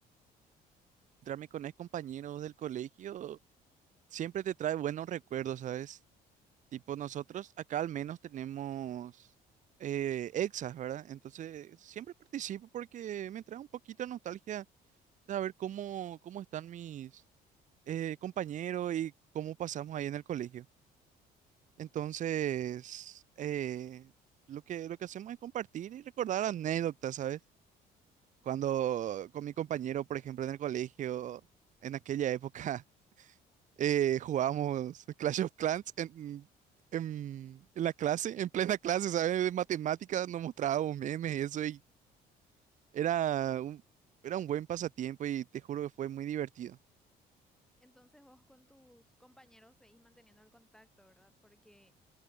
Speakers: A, on the right (about 45°); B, in the centre.
A: encontrarme con ex compañeros del colegio siempre te trae buenos recuerdos, ¿sabes? Tipo, nosotros acá al menos tenemos eh, exas, ¿verdad? Entonces, siempre participo porque me trae un poquito de nostalgia saber cómo, cómo están mis eh, compañeros y cómo pasamos ahí en el colegio. Entonces, eh, lo que, lo que hacemos es compartir y recordar anécdotas, ¿sabes? Cuando con mi compañero, por ejemplo, en el colegio, en aquella época. eh, jugábamos Clash of Clans en, en, en la clase, en plena clase, ¿sabes? De matemáticas, nos mostrábamos memes y eso, y era un, era un buen pasatiempo y te juro que fue muy divertido.
B: Entonces vos con tus compañeros seguís manteniendo el contacto, ¿verdad? Porque